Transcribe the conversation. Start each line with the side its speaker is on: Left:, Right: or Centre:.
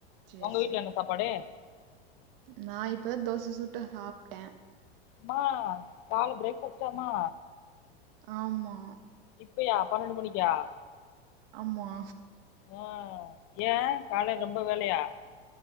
Right: சேரி
Left: ஒங்க
Right: சேரி
Left: வீட்ல என்ன சாப்பாடு
Right: நா இப்பதா தோச சுட்டு சாப்டே
Left: ம்மா கால ப்ரேக்ஃபாஸ்டாமா
Right: ஆமா
Left: இப்பையா பன்னண்டு மணிக்கா
Right: ஆமா
Left: ஆ ஏ காலை ரொம்ப வேலயா